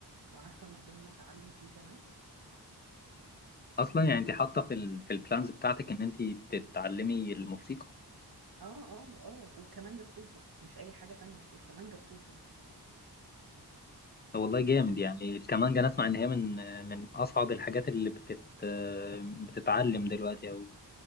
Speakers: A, on the right; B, on the left.
A: وعارفة المكان اللي هتعلم فيه كمان
B: أصلا يعني أنت حاطة في ال... في البلانز بتاعتك إن أنت تتعلمي الموسيقى
A: اه اه اه والكمانجة خصوصا مش أي حاجة تانية الكمانجة خصوصا
B: طب والله جامد يعني الكمانجة أنا أسمع إن هي من من أصعب الحاجات اللي بتت... بتتعلم دلوقتي أو